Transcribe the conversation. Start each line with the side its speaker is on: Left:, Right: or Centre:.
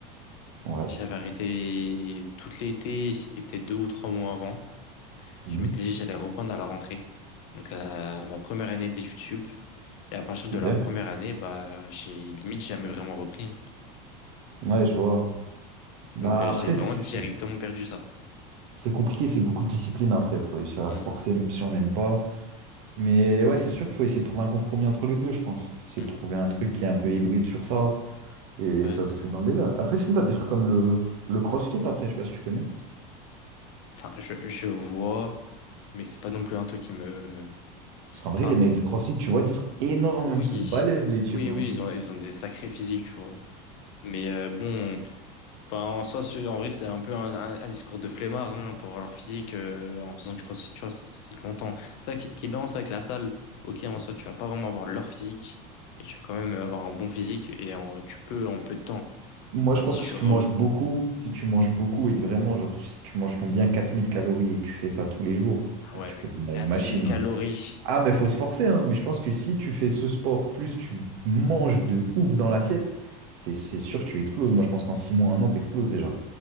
Right: Ouais.
Left: J'avais arrêté tout l'été et peut-être deux ou trois mois avant.
Right: Mhm.
Left: Je m'étais dit que j'allais reprendre à la rentrée. Donc à la- ma première année d'études sup. Et à partir de
Right: Ok.
Left: la première année, bah j'ai limite jamais vraiment repris. hein.
Right: Ouais, je vois. Bah,
Left: Donc euh,
Right: après,
Left: j'ai vraiment
Right: c'est.
Left: directement perdu ça.
Right: C'est compliqué, c'est beaucoup de discipline après. Il faut essayer à
Left: Mm.
Right: se forcer, même si on n'aime pas. Mais ouais, c'est sûr qu'il faut essayer de trouver un compromis entre les deux, je pense. Essayer
Left: Mm.
Right: de trouver un truc qui est un peu hybride sur ça et
Left: Ouais,
Right: faire
Left: c'est
Right: des trucs
Left: ça.
Right: dans le délire. Après, sinon, t'as des trucs comme le, le CrossFit après, je sais pas si tu connais.
Left: Enfin, je, je vois, mais c'est pas non plus un truc qui me.
Right: Parce qu'en vrai,
Left: Enfin,
Right: les mecs du CrossFit, tu vois, ils sont énormes,
Left: oui,
Right: ils sont balèzes, les types.
Left: oui,
Right: hein.
Left: oui, ils ont, ils ont des sacrés physiques, tu vois. Mais euh, bon, Enfin, en soi, c'est- en vrai, c'est un peu un, un- un discours de flemmard hein, pour avoir leur physique euh, en faisant du crossfit, tu vois, c'est longtemps. C'est ça qui, qui est bien, c'est avec la salle. Ok, en soi, tu vas pas vraiment avoir leur physique, mais tu vas quand même avoir un bon physique et en- tu peux en peu de temps.
Right: Moi,
Left: Enfin,
Right: je pense
Left: si
Right: que
Left: tu
Right: si tu
Left: re...
Right: manges beaucoup, si tu manges beaucoup et que vraiment, genre, tu- si tu manges ton bien 4000 calories et que tu fais ça tous les jours, frère,
Left: Ah ouais,
Right: tu
Left: mec,
Right: peux devenir
Left: 4000
Right: une machine.
Left: calories,
Right: hein. Ah, mais faut se forcer, hein. Mais je pense que si tu fais ce sport, plus tu manges de ouf dans l'assiette, t'es- c'est sûr que tu exploses. Moi, je pense qu'en six mois, un an, t'exploses déjà.